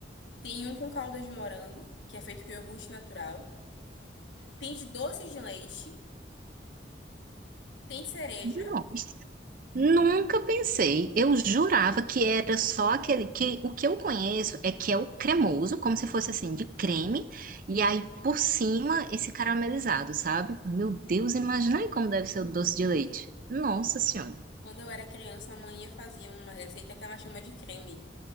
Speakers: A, on the left (about 80°); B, on the right (about 50°).
A: Tem um com calda de morango, que é feito com iogurte natural. Tem de doce de leite, tem cereja.
B: Nossa, nunca pensei. Eu jurava que era só aquele que o que eu conheço é que é o cremoso, como se fosse assim de creme, e aí por cima esse caramelizado, sabe? Meu Deus, imagina aí como deve ser o doce de leite. Nossa Senhora.
A: Quando eu era criança, a manhã fazia uma receita que ela chama de creme.